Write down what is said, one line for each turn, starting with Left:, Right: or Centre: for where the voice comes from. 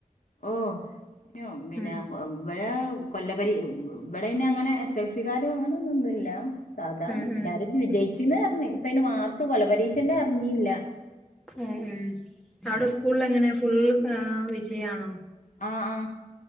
Left: ഓ പിന്നെ മിനെ
Centre: ഉം
Left: വ കൊല്ലപരി ഇവിടെ അയ്ന് അങ്ങനെ എസ് എൽ സിക്കാരോ അങ്ങനെ ഒന്നുംന്നുല്ല സാധാ
Centre: ഉം ഉം
Left: എല്ലാരും വിജയിച്ചിന്ന്
Centre: ഉം
Left: പറഞ്ഞ്ഇപ്പ അയിന് മാർക്ക് കൊല്ല പരീശേന്റെ അറിഞ്ഞില്ല
Centre: ഉം ഉ അവിടെ സ്കൂളിൽ എങ്ങനെ ഫുൾ അ വിജയ ആണോ
Left: ആ ആ